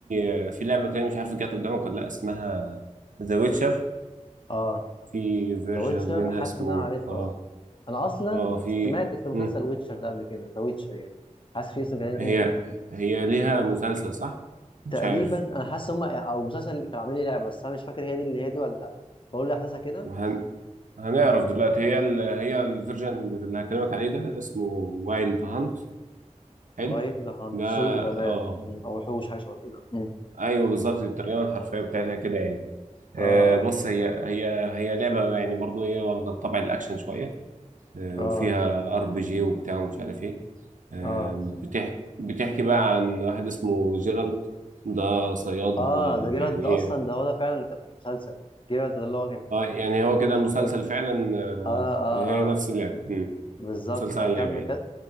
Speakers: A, on the right; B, on the left.
A: آه، في لعبة تانية مش عارف جت قدامك ولا لا اسمها ذا ويتشر
B: اه
A: في فيرجن
B: ذا ويتشر
A: منها
B: حاسس
A: اسمه
B: ان انا عارفها
A: آه،
B: اه انا اصلا
A: اه في
B: سمعت في مسلسل
A: مم.
B: ويتشر ده قبل كده ذا ويتشر يعني حاسس في اسم كان اسمه
A: هي
B: وورد.
A: هي ليها مسلسل صح؟ مش
B: تقريبا
A: عارف
B: انا حاسس هم او مسلسل اللي كانوا عاملين لي لعبه بس انا مش فاكر هي دي اللي هي دي ولا لا بقول لي احداثها كده
A: هن... هنعرف دلوقتي هي ال... هي الفيرجن اللي اللي هكلمك عليه ده اسمه وايلد هانت حلو
B: وايلد هانت
A: ده
B: صيد الغابات
A: اه
B: مم. او وحوش حاجه شبه كده مم.
A: ايوه بالظبط الترجمه الحرفيه بتاعتها كده يعني آه
B: اه
A: بص هي هي هي لعبه يعني برضو هي واخده طبع الاكشن شويه آه
B: اه
A: وفيها ار بي جي وبتاع ومش عارف ايه آه
B: اه
A: بتحكي بتحكي بقى عن واحد اسمه جيرالد ده صياد
B: اه
A: آه،
B: ده جيرالد
A: يعني
B: ده
A: ايه
B: اصلا ده هو ده فعلا اللي كان في المسلسل جيرالد ده اللي هو كان
A: اه يعني هو كده
B: في مسلسل
A: المسلسل
B: ذا ويتشر
A: فعلا آه،
B: اه اه
A: هي نفس
B: اه
A: اللعبة مم.
B: بالظبط
A: مسلسل
B: فكمل
A: عن اللعبة يعني
B: كده